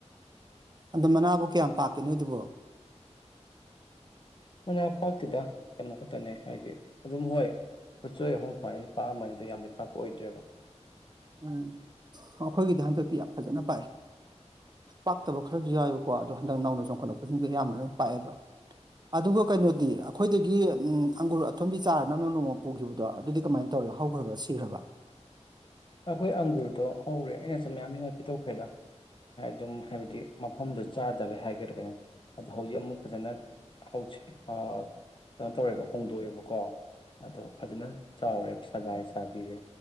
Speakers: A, on the right (about 35°); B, on the left (about 45°).
A: ꯑꯗꯨ ꯃꯅꯥꯕꯨ ꯀꯌꯥꯝ ꯄꯥꯛꯀꯦ ꯅꯣꯏꯗꯨꯕꯨ꯫
B: ꯝꯅꯥ ꯄꯥꯛꯇꯦꯗ ꯀꯩꯅꯣ ꯈꯠꯇꯅꯦ ꯍꯥꯏꯗꯤ ꯑꯗꯨꯝ ꯍꯣꯏ꯫ ꯈꯨꯠꯆꯣꯏ ꯑꯍꯨꯝ ꯁꯨꯃꯥꯏꯅꯗꯤ ꯄꯥꯛꯑꯝꯕꯃꯅꯤ ꯗꯣ ꯌꯥꯝꯗꯤ ꯄꯥꯛꯄ ꯑꯣꯏꯗ꯭ꯔꯦꯕ꯫
A: ꯎꯝ ꯑ ꯈꯣꯏꯒꯤꯗꯤ ꯍꯟꯗꯛꯇꯤ ꯌꯥꯝ ꯐꯖꯅ ꯄꯥꯛꯏ ꯫ ꯄꯥꯛꯇꯕ ꯈꯔꯖꯨ ꯌꯥꯎꯋꯦꯕꯀꯣ ꯑꯗꯣ ꯍꯟꯗꯛ ꯅꯧꯅ ꯆꯣꯡꯈꯠꯂꯛꯄꯁꯤꯡꯖꯦ ꯑꯌꯥꯝꯅ ꯂꯣꯏꯅ ꯄꯥꯛꯑꯦꯕ꯫ ꯑꯗꯨꯒ ꯀꯩꯅꯣꯗꯤ ꯑꯈꯣꯏꯗꯒꯤ ꯎꯝ ꯑꯪꯒꯨꯔ ꯑꯊꯨꯝꯕꯤ ꯆꯥꯔ ꯅꯪꯅ ꯅꯣꯡꯃ ꯄꯨꯈꯤꯕꯗꯣ ꯑꯗꯨꯗꯤ ꯀꯃꯥꯏꯟ ꯇꯧꯔꯦ ꯍꯧꯈ꯭ꯔꯕ ꯁꯤꯈ꯭ꯔꯕ꯫
B: ꯑꯩꯈꯣꯏ ꯑꯪꯒꯨꯔꯗꯣ ꯍꯧꯔꯦ ꯑꯩꯅꯁꯨ ꯃꯌꯥꯝ ꯃꯤꯉꯣꯟ ꯄꯤꯊꯣꯛꯈ꯭ꯔꯦꯗ꯫ ꯍꯥꯏ ꯑꯗꯨꯝ ꯍꯥꯏꯕꯗꯤ ꯃꯐꯝꯗꯨ ꯆꯥꯗꯕꯩ ꯍꯥꯏꯒꯦꯔꯥ ꯀꯩꯅꯣ ꯑꯗ ꯍꯧꯖꯤꯛ ꯑꯃꯨꯛ ꯐꯖꯅ ꯍꯧꯖꯤ ꯑꯥ ꯀꯩꯅꯣ ꯇꯧꯔꯦꯕ ꯍꯣꯡꯗꯣꯛꯑꯦꯕꯀꯣ꯫ ꯑꯗꯣ ꯐꯖꯅ ꯆꯥꯎꯔꯦ ꯁꯒꯥꯏ ꯁꯥꯕꯤꯔꯦ